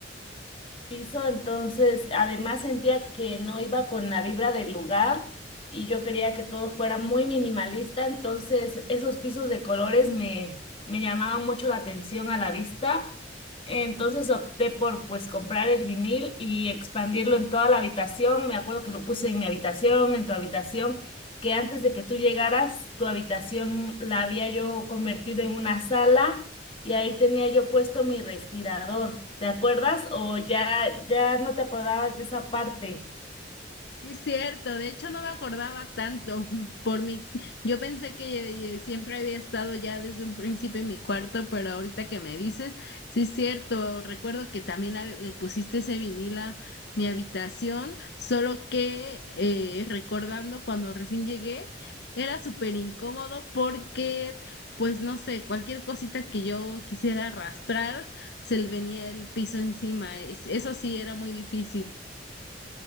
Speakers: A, on the left (about 30°); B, on the left (about 65°).
A: piso, entonces además sentía que no iba con la vibra del lugar y yo quería que todo fuera muy minimalista, entonces esos pisos de colores me, me llamaban mucho la atención a la vista, entonces opté por pues comprar el vinil y expandirlo en toda la habitación, me acuerdo que lo puse en mi habitación, en tu habitación, que antes de que tú llegaras, tu habitación la había yo convertido en una sala y ahí tenía yo puesto mi respirador. ¿Te acuerdas? O ya, ya no te acordabas de esa parte.
B: Sí, es cierto, de hecho no me acordaba tanto <laughs> por mi, yo pensé que eh, siempre había estado ya desde un principio en mi cuarto, pero ahorita que me dices, sí es cierto, recuerdo que también la- le pusiste ese vinil a mi habitación, solo que eh, recordando cuando recién llegué, era súper incómodo porque, pues no sé, cualquier cosita que yo quisiera arrastrar, se le venía el piso encima, Es- eso sí era muy difícil.